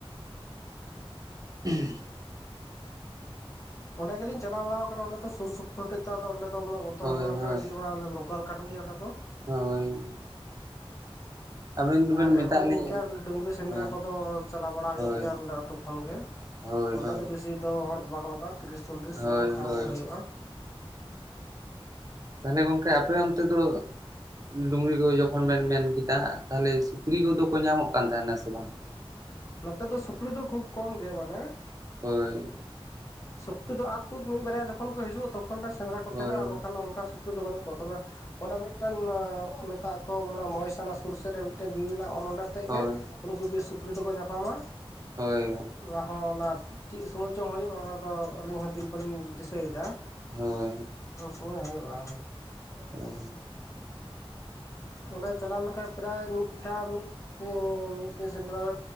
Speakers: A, on the right; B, on the left.
A: <unintelligible>
B: ᱚᱸᱰᱮ ᱜᱮᱞᱤᱧ ᱪᱟᱞᱟᱣ ᱵᱟᱲ ᱠᱟᱱᱟ ᱚᱸᱰᱮ ᱫᱚ ᱥᱩᱨᱼ ᱥᱩᱯᱩᱨ ᱦᱚᱛᱮ ᱫᱚ ᱚᱸ ᱫᱚ ᱩᱱᱟᱹᱜ ᱵᱚᱛᱚᱨ
A: ᱦᱳᱭ
B: ᱦᱚᱸ ᱵᱟᱝ
A: ᱦᱳᱭ
B: ᱠᱟᱱᱟ ᱪᱮᱫ ᱢᱟ ᱟᱮ ᱞᱳᱠᱟᱞ ᱠᱟᱱ ᱜᱮᱭᱟ ᱚᱱᱟ ᱫᱚ
A: ᱦᱳᱭ ᱟᱵᱮᱱ ᱫᱚᱵᱮᱱ
B: ᱟᱨ
A: ᱢᱮᱛᱟᱜ
B: ᱮᱢᱱᱤ
A: ᱞᱤᱧᱟᱹ
B: ᱱᱤᱝᱠᱟᱹ ᱰᱩᱝᱨᱤ ᱥᱮᱸᱫᱽᱨᱟ
A: ᱦᱮᱸ
B: ᱠᱚᱫᱚ ᱪᱟᱞᱟᱣ ᱵᱟᱲᱟ ᱦᱩᱭᱩᱜ
A: ᱦᱳᱭ
B: ᱜᱮᱭᱟ ᱟᱹᱛᱩ ᱠᱷᱚᱱ ᱜᱮ
A: ᱦᱳᱭ
B: ᱚᱸᱰᱮ
A: ᱦᱳᱭ
B: ᱫᱚ ᱵᱮᱥᱤ ᱫᱚ ᱦᱚᱲ ᱫᱚ ᱵᱟᱝ ᱞᱟᱜᱟᱜ ᱛᱤᱨᱤᱥ ᱪᱚᱞᱞᱤᱥ
A: ᱦᱳᱭ
B: ᱡᱚᱱ ᱠᱷᱚᱱ
A: ᱦᱳᱭ
B: ᱜᱮ ᱦᱩᱭᱩᱜᱼᱟ᱾
A: ᱛᱟᱦᱞᱮ ᱜᱚᱝᱠᱮ ᱟᱯᱮ ᱚᱱᱛᱮ ᱫᱚ ᱰᱩᱝᱨᱤ ᱜᱚᱜᱚ ᱡᱚᱠᱷᱚᱱ ᱵᱮᱱ ᱢᱮᱱ ᱠᱮᱫᱟ ᱛᱟᱦᱚᱞᱮ ᱥᱩᱠᱨᱤ ᱫᱚᱠᱚ ᱧᱟᱢᱚᱜ ᱠᱟᱱ ᱛᱟᱦᱮᱱᱟ ᱥᱮ ᱵᱟᱝ
B: ᱱᱚᱛᱮ ᱫᱚ ᱥᱩᱠᱨᱤ ᱫᱚ ᱠᱷᱩᱵ ᱠᱚᱢ ᱜᱮ ᱢᱟᱱᱮ
A: ᱦᱳᱭ
B: ᱥᱩᱠᱨᱤ ᱫᱚ ᱟᱫ ᱛᱩᱫ ᱢᱤᱫ ᱵᱟᱨᱭᱟ ᱡᱚᱠᱷᱚᱱ ᱠᱚ ᱦᱤᱡᱩᱜᱼᱟ ᱛᱚᱠᱷᱚᱱᱮ ᱥᱮᱸᱫᱽᱨᱟ ᱠᱚ
A: ᱦᱳᱭ
B: ᱛᱟᱦᱮᱱᱟ ᱟᱨ ᱵᱟᱠᱷᱟᱱ ᱫᱚ ᱚᱱᱠᱟ ᱥᱩᱠᱨᱤ ᱫᱚ ᱵᱟᱹᱱᱩᱜ ᱠᱚᱣᱟ ᱛᱚᱵᱮ ᱚᱸᱰᱮ ᱢᱤᱫᱴᱟᱝ ᱢᱮᱛᱟᱜ ᱠᱚ ᱚᱱᱟ ᱢᱚᱭᱥᱟᱱᱟ ᱥᱩᱨ ᱥᱮᱫ ᱨᱮ ᱢᱤᱫᱴᱟᱝ ᱵᱤᱨ ᱦᱮᱱᱟ ᱟᱛᱮᱫ
A: ᱦᱳᱭ
B: ᱜᱮ ᱩᱱᱠᱩ ᱵᱤᱨ ᱥᱩᱠᱨᱤ ᱫᱚᱠᱚ ᱧᱟᱯᱟᱢᱟ
A: ᱦᱳᱭ
B: ᱚᱱᱟ ᱦᱚᱸ ᱚᱱᱟ ᱪᱮᱫ ᱥᱚᱢᱚᱭ ᱪᱚᱝ ᱦᱩᱭᱩᱜᱼᱟ ᱚᱱᱟᱫᱚ ᱟᱹᱞᱤᱧ ᱦᱚᱸ ᱫᱤᱱ ᱵᱟᱞᱤᱧ ᱫᱤᱥᱟᱹᱭᱮᱫᱟ
A: ᱦᱳᱭ
B: ᱩᱱ ᱥᱚᱢᱚᱭ ᱦᱩᱭᱩᱜᱼᱟ
A: ᱦᱮᱸ
B: ᱚᱸᱰᱮ ᱪᱟᱞᱟᱣ ᱞᱮᱱᱠᱟᱱᱡ ᱯᱨᱟᱭ ᱢᱤᱫ ᱢᱤᱫ ᱫᱷᱟ ᱢᱤᱫ ᱢᱤᱫ ᱫᱤᱱ ᱥᱮᱸᱫᱽᱨᱟ ᱨᱮ